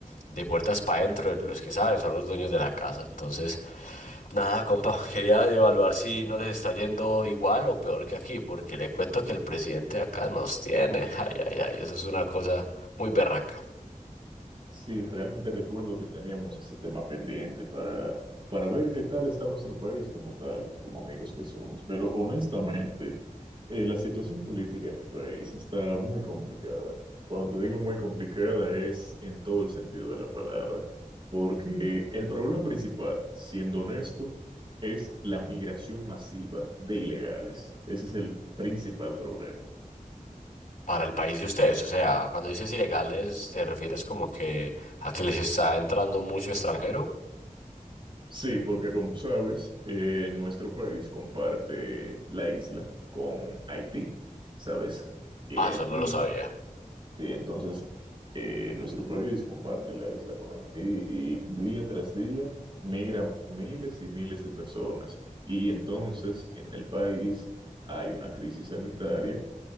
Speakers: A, on the left (about 90°); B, on the right (about 35°).
A: de puertas para adentro los que saben son los dueños de la casa. Entonces, nada, compa, quería evaluar si no les está yendo igual o peor que aquí porque le cuento que el presidente de acá nos tiene. Ay, ay, ay, eso es una cosa muy berraca
B: Sí, realmente recuerdo que teníamos ese tema pendiente para, para ver qué tal está nuestro país como tal, como amigos que somos. Pero honestamente, eh, la situación política en mi país está muy complicada. Cuando te digo muy complicada es en todo el sentido de la palabra, porque el problema principal, siendo honesto, es la migración masiva de ilegales. Ese es el principal problema.
A: para el país de ustedes. O sea, cuando dices ilegales, ¿te refieres como que a que les está entrando mucho extranjero?
B: Sí, porque como sabes, eh, nuestro país comparte la isla con Haití. Sabes que
A: Ah,
B: Haití,
A: eso no lo sabía.
B: sí, entonces eh, nuestro país comparte la isla con Haití y día tras día migran miles y miles de personas. Y entonces en el país hay una crisis sanitaria